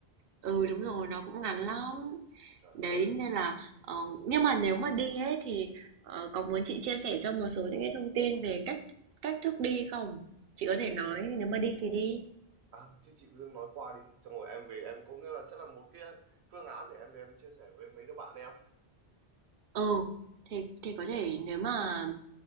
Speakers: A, on the right; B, on the right.
A: Ừ đúng rồi, nó cũng ngắn lắm.
B: trời
A: Đấy
B: ơi
A: nên là ờ, nhưng mà nếu mà đi ấy thì ờ, có muốn chị chia sẻ cho một số những cái thông tin về cách cách thức đi không? Chị có thể nói nếu mà đi thì đi.
B: à thế chị cứ nói qua đi xong rồi em về em có nghĩa là sẽ là một cái phương án để em về em chia sẻ với mấy đứa bạn em
A: Ừ thì thì có thể nếu mà